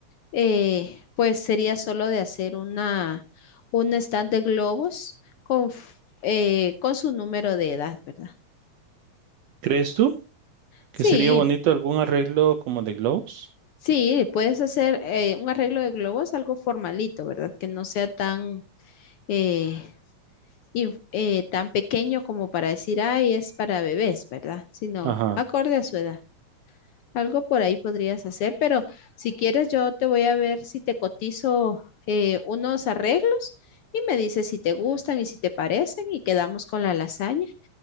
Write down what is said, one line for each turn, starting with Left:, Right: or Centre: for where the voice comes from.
Left: eh, pues sería solo de hacer una, un stand de globos con, f- eh, con su número de edad, ¿verdad?
Right: ¿Crees tú que
Left: Sí,
Right: sería bonito algún arreglo como de globos?
Left: Sí, puedes hacer eh, un arreglo de globos, algo formalito, ¿verdad? Que no sea tan, eh, inf- eh, tan pequeño como para decir, ay, es para bebés, ¿verdad? Sino
Right: Ajá,
Left: acorde a su edad. Algo por ahí podrías hacer, pero si quieres yo te voy a ver si te cotizo eh, unos arreglos y me dices si te gustan y si te parecen y quedamos con la lasaña